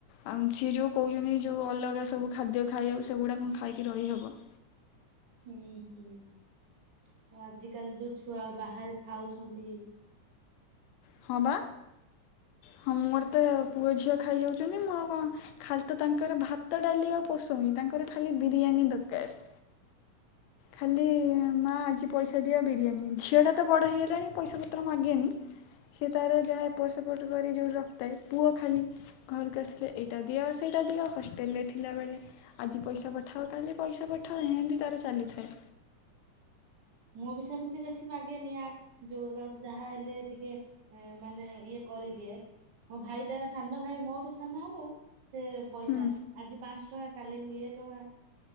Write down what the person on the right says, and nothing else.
ହୁଁ ହୁଁ ଆଜିକାଲି ଯୋଉ ଛୁଆ ବାହାରେ ଖାଉଛନ୍ତି।
ମୁଁ ବି ସେମିତି ବେଶୀ ମାଗେନିିଆଁ ଯୋଉ ଆଡ଼ୁ ଯାହା ହେଲେ ଟିକେ ଏ ମାନେ ଇଏ କରିଦିଏ ମୋ ଭାଇଟା ସାନ ଭାଇ ମୋଠୁ ସାନ ହବ ସେ
ପଇସା ଆଜି ପାଞ୍ଚ ଟଙ୍କା କାଲି ଇଏ ଟଙ୍କା